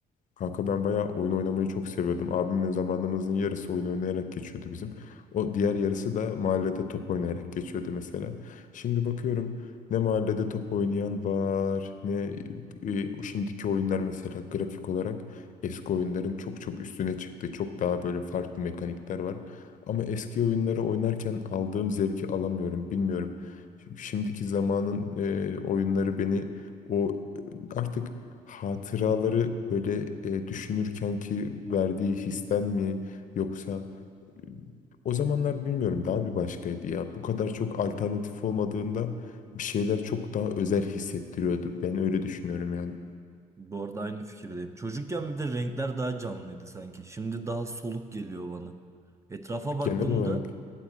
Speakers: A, on the left; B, on the right.
A: Kanka ben bayağı oyun oynamayı çok seviyordum. Abimle zamanımızın yarısı oyun oynayarak geçiyordu bizim. O diğer yarısı da mahallede top oynayarak geçiyordu mesela. Şimdi bakıyorum ne mahallede top oynayan var ne e, şimdiki oyunlar mesela grafik olarak eski oyunların çok çok üstüne çıktı. Çok daha böyle farklı mekanikler var. Ama eski oyunları oynarken aldığım zevki alamıyorum bilmiyorum. Şimdiki zamanın e, oyunları beni o e, artık Hatıraları böyle e, düşünürken ki verdiği histen mi yoksa e, o zamanlar bilmiyorum daha bir başkaydı ya. Bu kadar çok alternatif olmadığında bir şeyler çok daha özel hissettiriyordu. Ben öyle düşünüyorum yani.
B: Bu arada aynı fikirdeyim. Çocukken bir de renkler daha canlıydı sanki. Şimdi daha soluk geliyor bana. Etrafa baktığımda,
A: Genel olarak.